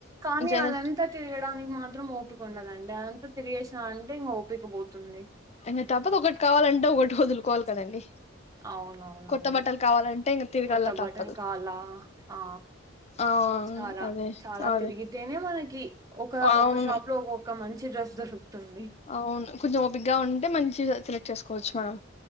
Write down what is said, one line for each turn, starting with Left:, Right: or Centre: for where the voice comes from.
Right: కానీ
Left: ఏదన్
Right: అదంతా తిరగడానికి మాత్రం ఓపిక ఉండాలి అండి అదంతా తిరిగేసిన ఇంక ఓపిక పోతుంది
Left: ఇంకా తప్పదు ఒకటి కావాలంటే ఒకటి వదులుకోవాలి కదండి
Right: అవునవునండి
Left: కొత్త బట్టలు కావాలంటే ఇంక తిరగల్లా
Right: కొత్త బటల్
Left: తప్పదు
Right: కావ్లా ఆ
Left: ఆ
Right: చాలా
Left: అదే
Right: చాలా
Left: అదే
Right: తిరిగితేనే మనకి ఒక
Left: అవును
Right: ఒక షాప్ లో ఒక ఒక మంచి మమ్ చి డ్రెస్ దొరుకుతుంది
Left: అవును కొంచెం ఓపిగగా ఉంటే మంచిగా సెలెక్ట్ చేసుకో కోచ్ మనం